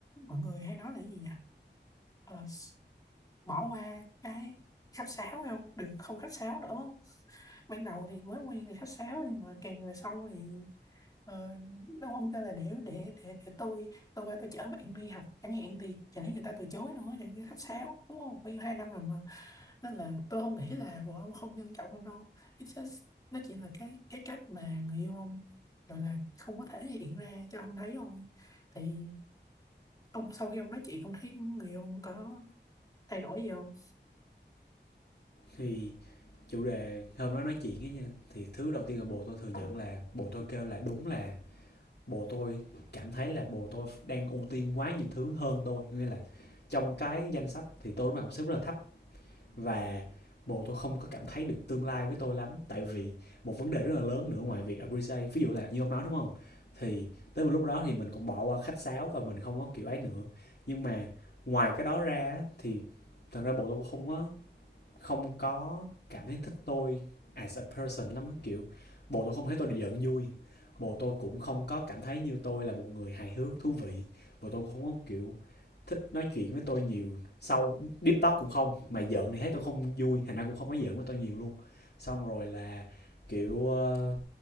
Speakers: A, on the left; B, on the left.
A: mọi người hay nói là cái gì nhỉ Ờ, s- bỏ qua cái khách sáo không đừng không khách sáo nữa ban đầu thì mới quen thì khách sáo nhưng mà càng về sau thì ờ, nó không kêu là để để để để tôi tôi qua tôi chở bạn đi học chẳng hạn thì chẳng lẽ người ta từ chối nữa chẳng cái khách sáo đúng không bao nhiêu hai năm rồi nên là tôi không nghĩ là vợ ông không nhân trọng ông đâu it's just nó chỉ là cái cái cách mà người yêu ông gọi là không có thể hiện ra cho ông thấy thôi thì ông sau khi ông nói chuyện ông thấy người yêu ông có thay đổi gì không
B: thì chủ đề hôm đó nói chuyện ấy nha thì thứ đầu tiên là bồ tôi thừa nhận là bồ tôi kêu là đúng là bồ tôi cảm thấy là bồ tôi đang ưu tiên quá nhiều thứ hơn tôi nghĩa là trong cái danh sách thì tôi lúc nào cũng xếp rất là thấp và bồ tôi không có cảm thấy được tương lai với tôi lắm tại vì một vấn đề rất là lớn nữa ngoài việc appreciate ví dụ là như ông nói đúng không thì tới một lúc đó thì mình cũng bỏ qua khách sáo và mình không có kiểu ấy nữa nhưng mà ngoài cái đó ra thì thật ra bồ tôi cũng không có không có cảm thấy thích tôi as a person lắm á kiểu bộ tôi không thấy tôi được giận vui bộ tôi cũng không có cảm thấy như tôi là một người hài hước thú vị bộ tôi cũng không có kiểu thích nói chuyện với tôi nhiều sâu deep talk cũng không mà giận thì thấy tôi không vui thành ra cũng không có giận với tôi nhiều luôn xong rồi là kiểu ờ,